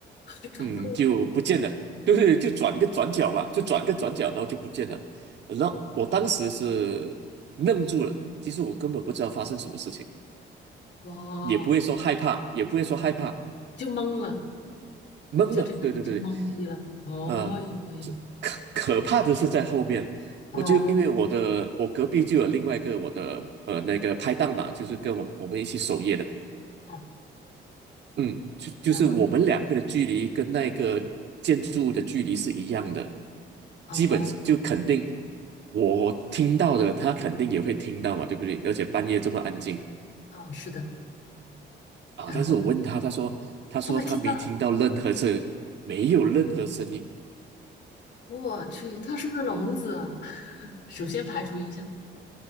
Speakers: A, on the left; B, on the right.
A: <laughs> 转过
B: 嗯，就不见了，对是就转个转角吧，就转个转角，然后就不见了。然后我当时是愣住了，其实我根本不知道发生什么事情，
A: 弯，哇，
B: 也不会说害怕，也不会说害怕，
A: 就懵了，
B: 懵了。
A: 就整个人就懵逼了，
B: 对对对，
A: 哦，
B: 呃，
A: 有有有，
B: 这可可怕的是在后面，
A: 哦
B: 我就因为我的我隔壁就有另外一个我的呃那个拍档嘛，就是跟我我们一起守夜的。
A: 哦，
B: 嗯，就就是我们两个的距离跟那个建筑物的距离是一样的，
A: 然后呢，哦
B: 基本上就肯定我听到的，他肯定也会听到嘛，对不对？而且半夜这么安静
A: 啊，是的，
B: 啊，但是我问他，
A: 然后呢，
B: 他说他说他没听到任何声，
A: 他没听到，
B: 没有任何声音，
A: 我去，他是不是聋子啊？<laughs> 首先排除一下，